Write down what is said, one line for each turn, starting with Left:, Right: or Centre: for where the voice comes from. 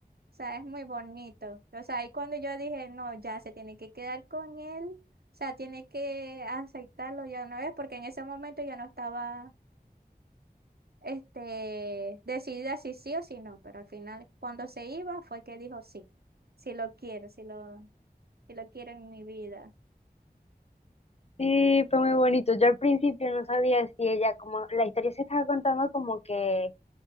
Right: sea, es muy bonito. O sea, ahí cuando yo dije, no, ya se tiene que quedar con él. O sea, tiene que aceptarlo ya una vez, porque en ese momento yo no estaba, este, decidida si sí o si no. Pero al final, cuando se iba, fue que dijo sí, si lo quiero, si lo, si lo quiero en mi vida.
Left: Sí, fue muy bonito. Yo al principio no sabía si ella, como la historia se estaba contando como que